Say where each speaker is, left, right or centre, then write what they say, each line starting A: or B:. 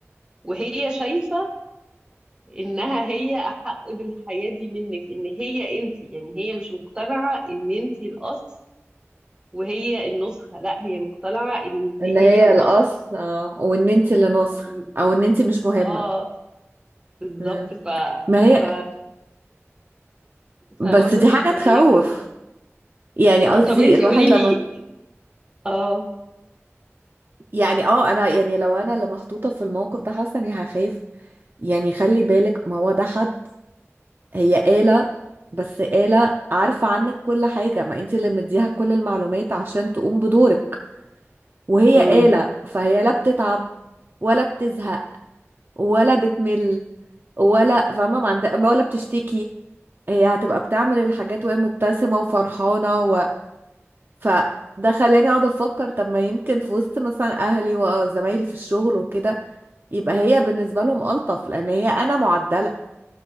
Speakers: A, on the right; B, on the right.
A: وهي شايفة إنها هي أحق بالحياة دي منك إن هي أنت يعني هي مش مقتنعة إن أنت الأصل وهي النسخة لا هي مقتنعة إن
B: ان
A: هي
B: هي
A: الأصل
B: الاصل اه وان انت اللي ناصح
A: وإن
B: او ان انت مش مهمة
A: آه بالظبط
B: مم.
A: ف...
B: ما هي
A: ف...
B: بس
A: فبرضه
B: دي
A: كانت
B: حاجة
A: قريبة
B: تخوف
A: يعني
B: يعني
A: آه
B: قصدي
A: طب أنت
B: الواحد
A: قولي
B: لما
A: لي
B: ت-
A: آه
B: يعني اه انا يعني لو انا اللي محطوطة في الموقف ده حاسة اني هخاف يعني خلي بالك ما هو ده حد هي آلة بس آلة عارفة عنك كل حاجة ما انت اللي مديها كل المعلومات عشان تقوم بدورك وهي
A: امم
B: آلة فهي لا بتتعب ولا بتزهق ولا بتمل ولا فاهمة ما عند... ولا بتشتكي هي هتبقى بتعمل الحاجات وهي مبتسمة وفرحانة و... فده خلاني اقعد افكر طب ما يمكن في وسط مثلا اهلي وزمايلي في الشغل وكده يبقى هي بالنسبة لهم ألطف لان هي انا معدلة